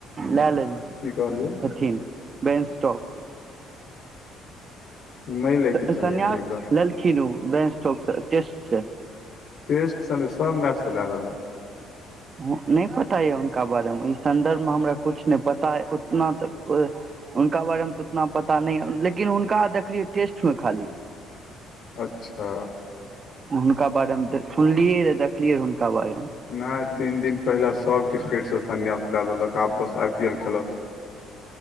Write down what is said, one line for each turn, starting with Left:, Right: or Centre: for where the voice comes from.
Right: लए लेल
Left: की कहलियै
Right: छथिन। बैंस्टॉक,
Left: नहि लैके
Right: त-त
Left: चाही
Right: संन्यास
Left: एखन ओकरा
Right: लेलखीन ओ, बैनस्टॉक सर, टेस्ट स।
Left: टेस्ट सन सब मैच खेलय रहलअ।
Right: मुख्य नहि पता एय हुनका बारे मे, ई संदर्भ में हमरा कुछ ने पता अय, उतना तऽ कुल, हुनका बारे मे तऽ उतना पता नहि हन, लेकिन जे हुनका देखलियै टेस्ट मे खाली।
Left: अच्छा।
Right: हुनका बारे मे त सुनलियै- देखलियै हुनका बारे मे।
Left: नहि तीन दिन पहिले सभ क्रिकेटसँ सन्यास लए लेलक आब बस आई पी एल खेलत।